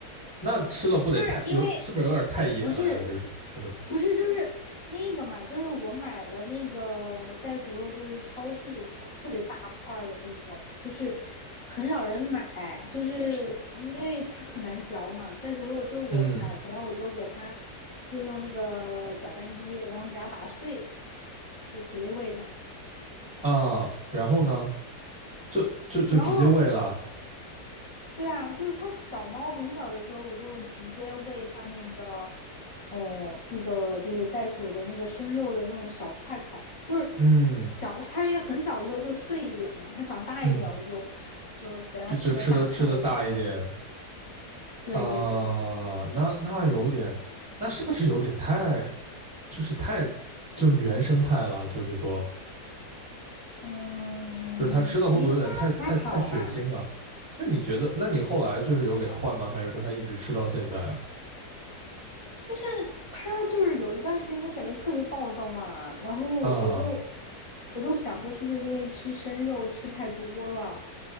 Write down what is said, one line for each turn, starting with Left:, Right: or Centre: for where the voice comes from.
Centre: 那吃了不得太有是不是有点太野了呀？
Left: 就是因为不是
Centre: 就是它的
Left: 不是就是那个嘛，就是我买的那个袋鼠肉，就是超市里那种特别大块的那种，就是很少人买，就是因为它很难嚼嘛。袋鼠肉就是我买回来，
Centre: 嗯
Left: 我就给它就用那个搅拌机，然后给它打碎，就直接喂它。
Centre: 啊，然后呢，就就就直接喂了。
Left: 然后对啊，就是它小猫很小的时候，我就直接喂它那个，哦，那个就是袋鼠的那个生肉的那种小块块，就是
Centre: 嗯
Left: 小，它也很小的时候就碎一点嘛，它长大一点我就就给它吃的大块儿一点。
Centre: 嗯，就就吃的吃的大一点
Left: 对对对，
Centre: 啊，那那有点，那是不是有点太就是太就是原生态了？就是说，
Left: 嗯，
Centre: 就是他吃的会不会有点太太太血腥了？
Left: 应该还好吧，
Centre: 那你觉得？那你后来就是有给他换吗？还是说他一直吃到现在啊？
Left: 就是它就是有一段时间就感觉特别暴躁嘛，然后我就
Centre: 啊，
Left: 我就想说是不是因为吃生肉吃太多了。